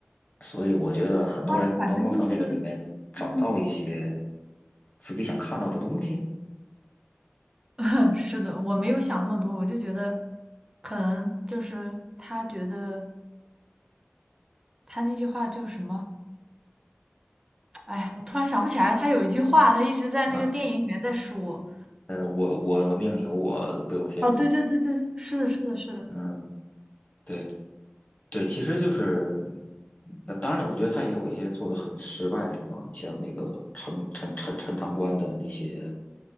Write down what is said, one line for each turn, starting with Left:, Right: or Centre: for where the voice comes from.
Left: 所以我觉得很多人都能从这个里面找到一些
Right: 他反正就是，嗯。
Left: 自己想看到的东西。
Right: <laughs> 是的，我没有想那么多，
Left: 嗯
Right: 我就觉得可能就是他觉得他那句话就是什么，哎呀，我突然想不起来，他有一句话，他一直在那个电影里面在说。
Left: 啊，呃，我我命由我不由天嘛。
Right: 哦，对对对对，是的，是的，是的，
Left: 嗯，对。对，其实就是，那当然了，我觉得他也有一些做的很失败的地方。你像那个陈陈陈陈塘关的那些